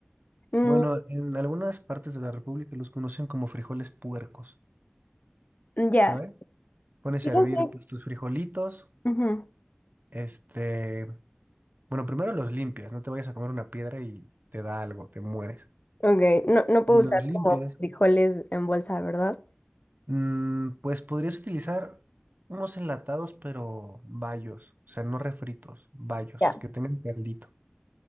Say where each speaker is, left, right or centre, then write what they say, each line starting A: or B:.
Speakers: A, on the left; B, on the right.
A: Mm,
B: Bueno, en algunas partes de la República los conocen como frijoles puercos,
A: ya,
B: ¿sabes? Pones
A: Sí,
B: a hervir
A: lo sé.
B: pues, tus frijolitos,
A: Ujú.
B: este, bueno, primero los limpias, no te vayas a comer una piedra y te da algo, te mueres.
A: Ok, no, no puedo
B: Y
A: usar
B: los limpias,
A: como frijoles en bolsa, ¿verdad?
B: mm, pues podrías utilizar unos enlatados, pero bayos, o sea, no refritos, bayos,
A: Ya.
B: que tengan caldito.